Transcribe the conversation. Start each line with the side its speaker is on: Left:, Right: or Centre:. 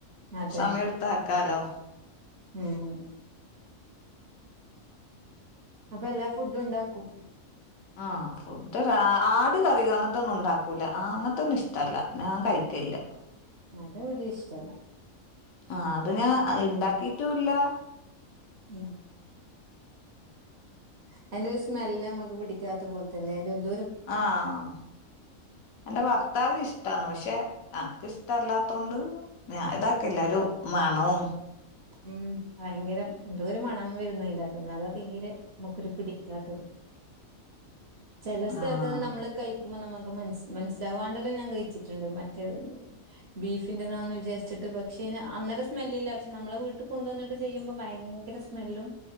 Right: അതെ
Left: സമയട്ത്ത് ആക്കാല്ലോ.
Right: ഉം അപ്പ എല്ലാ ഫുഡ് ഉണ്ടാക്കും
Left: ആഹ് ഫുഡ് ഒരാ ആട് കറിയോ അങ്ങത്തൊന്നും ഉണ്ടാക്കൂല അങ്ങനത്തൊന്നും ഇഷ്ടല്ല. ഞാൻ കഴി ക്കില്ല
Right: അത്‌ ഇവ്ടിം ഇഷ്ടല്ല.
Left: ആ അത്‌ ഞാൻ
Right: ഉം
Left: ഇണ്ടാക്കീട്ടും ഇല്ല
Right: ഉം അതിന്റെ ഒരു സ്മെല് നമ്മക്ക് പിടി ക്ക്യാത്ത പോൽത്തെല്ലേ അയിൻ്റെ നീ
Left: ആഹ് എന്റെ ഭർത്താവിന് ഇഷ്ടാണ് പക്ഷെ അനക്ക് ഇഷ്ടമല്ലാത്തോണ്ട് ഞാൻ ഇതാക്കല്ലാരും മണവും
Right: ഉം ഭയങ്കരം എന്തോ ഒരു മണം വരുന്നു അതിന്റകത്ത് ന്ന് അതാ തീരെ നമുക്കൊരു പിടിക്കാത്തത്. ചെല സ്ഥലത്ത്ന്ന്
Left: ആഹ്
Right: നമ്മള് കൈ ക്കുമോ നമക്ക് മനസ് മനസ്സിലാവു വാണ്ടല്ലോ ഞാൻ കഴിച്ചിട്ട്ണ്ട് മറ്റേത് ബീഫിന്റെതാണന്ന് വിചാരിച്ച് പക്ഷേന് അന്നേരം സ്മെല്ലില്ല പക്ഷെ നമ്മളെ വീട്ട് കൊണ്ടുവന്നിട്ട് ചെയ്യുമ്പോ ഭയങ്കര സ്മെല്ലും